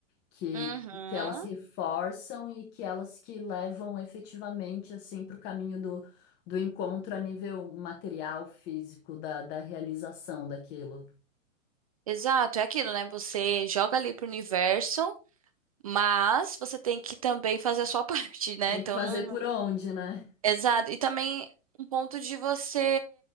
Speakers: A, on the left (about 25°); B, on the right (about 30°).
A: que,
B: Uhum.
A: que elas reforçam e que elas que levam efetivamente assim para o caminho do, do encontro a nível material, físico, da, da realização daquilo.
B: Exato, é aquilo, né? Você joga ali pro universo, mas você tem que também fazer a sua <laughs> parte, né?
A: Tem
B: Então
A: que fazer
B: não
A: por onde, né?
B: Exato. E também um ponto de você